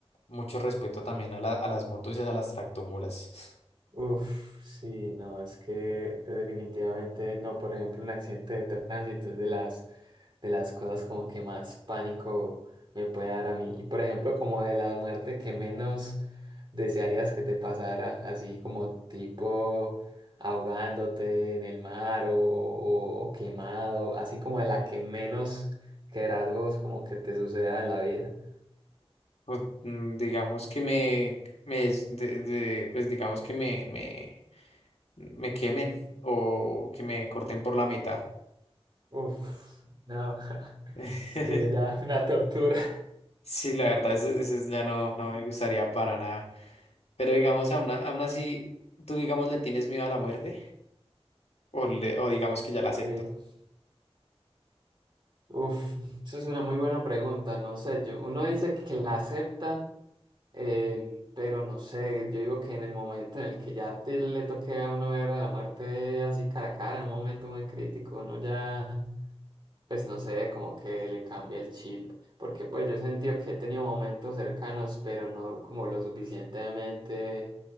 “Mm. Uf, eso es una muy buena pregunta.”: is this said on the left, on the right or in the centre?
Right